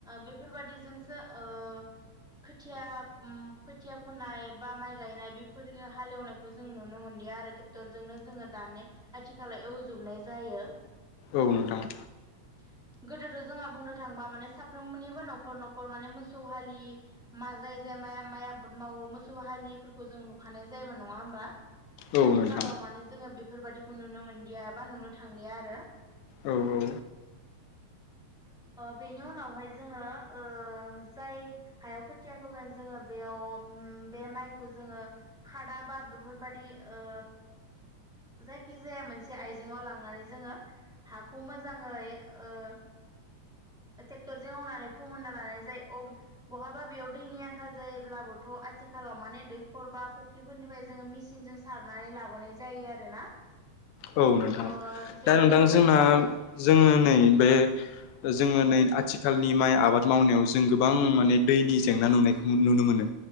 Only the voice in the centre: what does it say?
बेफोरबादिजोंसो ओ खोथिया ओम खोथिया फोननाय बा माइ गायनाय बे फोर हालेवनायखौ जों नुनो मोनलिया आरो ट्रेक्टरजोंनो जोङो दानो आथिखालाव एवजोबनाय जायो। ओ।
<inaudible> गोदोथ जोंहा बुंनो थांबा माने साफ्रोमनिबो नखर नखर माने मोसौ हालि माजाय जे माइ माइ आबाद मावो मोसौ हालिफोरखौ जों नुखानाय जायोमोन नङा होमबा?
आथिखालाव
माने जोङो बेफोरबाददिखौ नुनो मोनदिया बा नुनो थांलिया आरो।
<inaudible> ओ बेनि उनावहाय जोङो ओ जाय हायाव खोथिया फोगोन जोङो बेयाव बे माइखौ जोङो खादाबा बेफोरबायदि ओ जायखि जाया मोनसे आइजेंव लांनानै जोङो हाखौ मोजाङै ओ <inaudible> ट्रेक्टरजों मावनानै फोमोनना लानाय जायो। बहाबा बेयाव दैनि आंखाल जायोब्लाबोथ आथिखाल आथिखालाव माने दैखर बा फख्रिफोरनिफ्राय जोङो मेचिनजों सारनानै लाबोनाय जायो आरोना।
ओ बे
बेबादि
माइ
औ